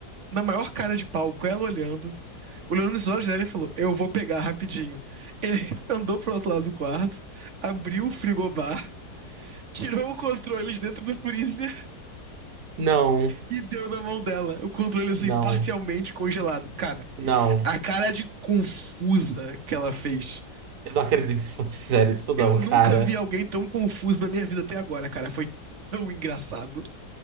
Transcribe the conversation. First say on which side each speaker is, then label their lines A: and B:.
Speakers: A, on the right; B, on the right.
A: na maior cara de palco ela olhando, olhando nos olhos dela e falou: Eu vou pegar rapidinho. Ele <laughs> andou pro outro lado do quarto, abriu o frigobar, tirou o controle de dentro do freezer
B: Não,
A: e deu na mão dela. O controle, assim,
B: não,
A: parcialmente congelado. Cara,
B: não.
A: a cara de confusa que ela fez.
B: Eu não acredito se fosse sério isso não,
A: Eu nunca
B: cara.
A: vi alguém tão confuso na minha vida até agora, cara. Foi tão engraçado.